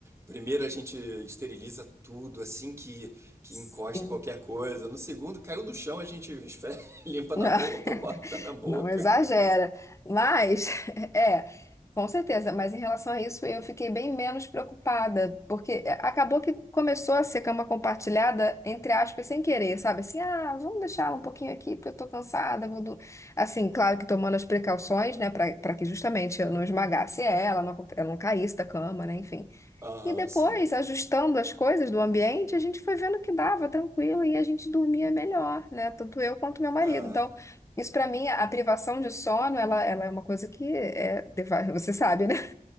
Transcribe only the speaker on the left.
sim.
<laughs>
Não exagera, mas <laughs> é, com certeza. Mas em relação a isso, eu fiquei bem menos preocupada, porque eh, acabou que começou a ser cama compartilhada, entre aspas, sem querer, sabe? Assim, ah, vamos deixar ela um pouquinho aqui, porque eu tô cansada. Vou do... Assim, claro que tomando as precauções, né, para para que justamente eu não esmagasse ela, não, aconte- ela não caísse da cama, né, enfim.
E depois,
ajustando as coisas do ambiente, a gente foi vendo que dava tranquilo e a gente dormia melhor, né? Tanto eu quanto meu marido.
Então, isso para mim, a privação de sono, ela, ela é uma coisa que é, deva- <laughs> você sabe, né?